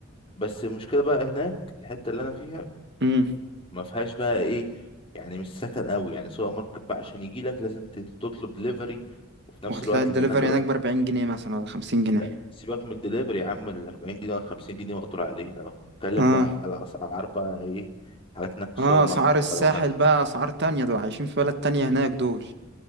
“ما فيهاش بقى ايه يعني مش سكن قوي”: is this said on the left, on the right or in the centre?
Left